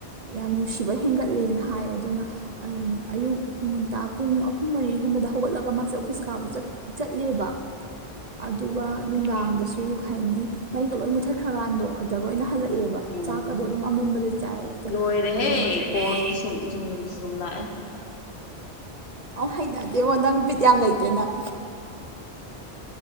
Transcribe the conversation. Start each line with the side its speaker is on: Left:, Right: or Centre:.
Right: ꯌꯥꯝ ꯅꯨꯡꯁꯤꯕ ꯍꯦꯟꯒꯠꯂꯦꯅ ꯍꯥꯏ ꯑꯗꯨꯅ ꯑꯝ ꯑꯌꯨꯛ ꯉꯟꯇꯥ ꯄꯨꯡ ꯑꯍꯨꯝ ꯃꯔꯤꯒꯨꯝꯕꯗ ꯍꯧꯒꯠꯂꯒ ꯃꯥꯁꯦ ꯑꯣꯐꯤꯁ ꯀꯥꯕ ꯆꯠ ꯆꯠꯂꯦꯕ ꯑꯗꯨꯒ ꯅꯨꯡꯗꯥꯡꯗꯁꯨ ꯍꯥꯏꯅꯤ ꯃꯩꯒ ꯂꯣꯏ ꯃꯨꯠꯊꯠꯈ꯭ꯔꯒꯥꯟꯗꯣ ꯑꯗ ꯑꯣꯏꯅ ꯍꯜꯂꯛꯑꯦꯕ
Left: ꯎꯝ
Right: ꯆꯥꯛꯀꯗꯣ ꯑꯗꯨꯝ ꯑꯃꯝꯕꯗ ꯆꯥꯏꯌꯦ ꯑꯗ
Left: ꯂꯣꯏꯔꯦꯍꯦ
Right: ꯑꯥ ꯂꯣꯏꯔꯦꯍꯦ
Left: <unintelligible>
Right: ꯑꯧ ꯍꯩꯅꯗꯦꯕꯣ ꯅꯪ ꯕꯤꯠ ꯌꯥꯝ ꯂꯩꯇꯦ ꯅꯪ